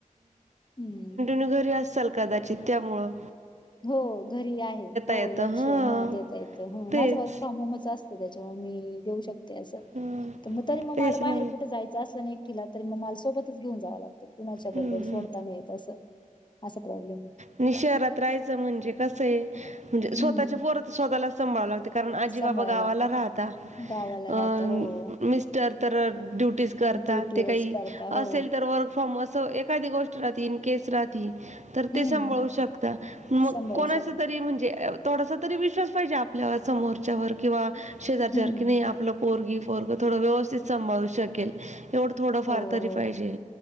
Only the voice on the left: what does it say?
हम्मं
हो घरी आहे हो
लंक्ष
देतां येतं
माझं वर्क फ्रॉम होमंच असंत त्यांच्यामुळे मी देऊं शकते असं
मंग तरी मंग
मलां बाहेर
कुठं जायचं असलं नां तिला तरी मंग मांला सोबतचं घेऊन जावं लागतं कुणांच्या
बरोबर
सोडतां नाहीं येतं असं असां प्रॉब्लेम आहे
हम्म.
सांभाळावं
लागतं
गावाला राहता
हो.
ड्युटीवरच
करता हो
हम्म
सांभाळू
शकता
हम्म
हो
हो